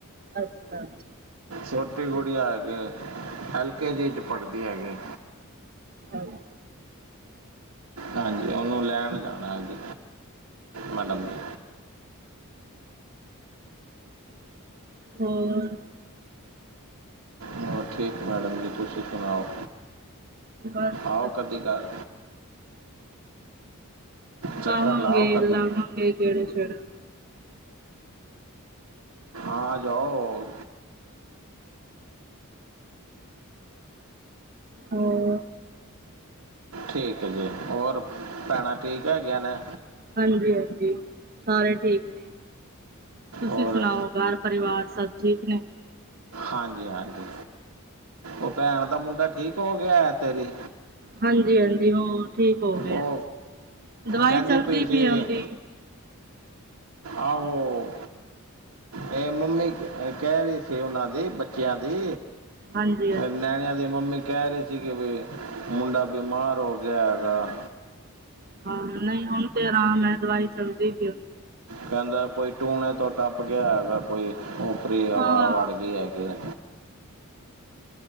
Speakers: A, on the right; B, on the right.
A: ਅੱਛਾ
B: ਛੋਟੀ ਗੁੜੀਆ ਹੈਗੇ ਏ ਐਲ ਕੇ ਜੀ ਚ ਪੜ੍ਹਦੀ ਹੈਗੀ ਈ
A: ਆ ਜ ਆ
B: ਹਾਂਜੀ ਓਨੂੰ ਲੈਣ ਜਾਣਾ ਅੱਜ, ਮੈਡਮ ਜੀ।
A: ਹੋਰ
B: ਹੋਰ ਠੀਕ ਮੈਡਮ ਜੀ, ਤੁਸੀਂ ਸੁਨਾਓ
A: ਬਸ
B: ਆਓ ਕਦੀ ਘਰ। ਚੱਕਰ
A: ਆਵਗੇ,
B: ਲਾਓ ਕਦੀ
A: ਲਾਵਾਂਗੇ ਗੇੜਾ ਸ਼ੇੜਾ।
B: ਆਂ ਜਾਓ।
A: ਹੋਰ
B: ਠੀਕ ਐ ਜੀ, ਹੋਰ ਭੈਣਾਂ ਠੀਕ ਹੈਗੀਆਂ ਨੇ?
A: ਹਾਂਜੀ-ਹਾਂਜੀ ਸਾਰੇ ਠੀਕ ਨੇ। ਤੁਸੀਂ
B: ਔਰ
A: ਸੁਣਾਓ ਘਰ ਪਰਿਵਾਰ ਸਭ ਠੀਕ ਨੇ।
B: ਹਾਂਜੀ-ਹਾਂਜੀ ਓ ਭੈਣ ਦਾ ਮੁੰਡਾ ਠੀਕ ਹੋ ਗਯਾ ਤੇਰੀ
A: ਹਾਂਜੀ ਹਾਂਜੀ ਉਹ ਠੀਕ ਹੋ ਗਏ
B: ਓ
A: ਆ ਦਵਾਈ
B: ਕੈਂਦੀ
A: ਚਲਦੀ
B: ਪਈ ਸੀ
A: ਹੁੰਦੀ
B: ਆਹੋ, ਐ ਮੰਮੀ ਐ ਕੈ ਰੀ ਸੀ ਓਨਾਂ ਦੀ ਬੱਚੇਆਂ ਦੀ,
A: ਹਾਂਜੀ ਹਾਂਜੀ
B: ਨਿਆਣਿਆਂ ਦੀ ਮੰਮੀ ਕੈ ਰੀ ਸੀ ਕਿ ਵੀ ਮੁੰਡਾ ਬਿਮਾਰ ਹੋ ਗਯਾ ਹੈਗਾ।
A: ਹਾਂ ਨਈ ਹੁਨ ਤੇ ਆਰਾਮ ਐ, ਦਵਾਈ ਚੱਲਦੀ ਪਈ ਓਦੀ।
B: ਕੈਂਦਾ ਕੋਈ ਟੂਣੇ ਤੋਂ ਟੱਪ ਗਯਾ ਹੈਗਾ ਕੋਈ, ਉਪਰੀ ਹਵਾ
A: ਹਾਂ
B: ਵੜ ਗੀ ਹੈਗੀ ਐ।